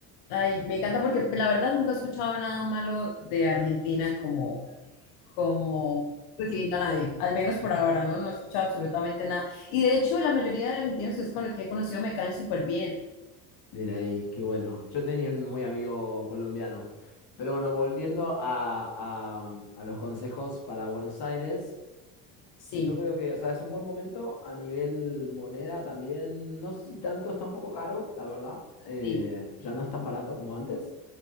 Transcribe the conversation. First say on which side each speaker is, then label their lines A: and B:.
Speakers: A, on the left; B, on the left.
A: Ay, me encanta porque la verdad nunca he escuchado nada malo de Argentina como, como recibiendo a nadie, al menos por ahora, ¿no? No he escuchado absolutamente nada. Y de hecho, la mayoría de argentinos que, es con- que he conocido me caen súper bien.
B: Bien ahí, qué bueno. Yo tenía un muy amigo colombiano, pero bueno, volviendo a, a, mm, a los consejos para Buenos Aires.
A: Sí,
B: Yo creo que, o sea, es un buen momento a nivel moneda también. No sé si tanto, está un poco caro, la verdad. Eh,
A: sí.
B: ya no es tan barato como antes.